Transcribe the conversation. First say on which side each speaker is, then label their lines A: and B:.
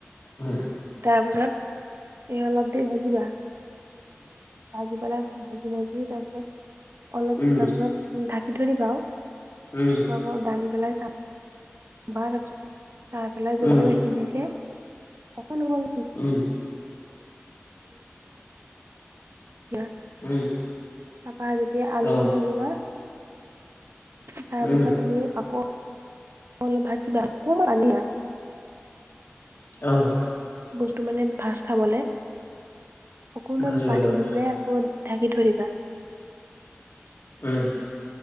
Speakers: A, on the left; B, on the right.
A: উম
B: তাৰপিছত এ অলপ দেৰি ভা--বা। ভাজি পেলাই ভাজি ভাজি তাৰ পিছত অলপ
A: উম
B: ভজা ভজাত ঢাকি থৈ দিবা আৱ।
A: উম।
B: কোৱা ক, দাঙি পেলাই চা ভ--ই নাছিলোঁ। চাই পেলাই
A: উম
B: যদিও সিজিছে, অকণ অকণ
A: উম উম
B: <unintelligible>
A: উম।
B: তাপা যেতিয়া আলুটো
A: অ
B: দি দিবা। তাৰ
A: উম
B: পাছত তুমি আকৌ অলপ ভাজিবা আকৌ নিবা
A: অহ।
B: বস্তু মানে ভাজ খাবলে অকণমান
A: ভাজিব
B: পানী
A: লাগে
B: দি পেলাই ক'ত ঢাকি থৈ দিবা।
A: উম।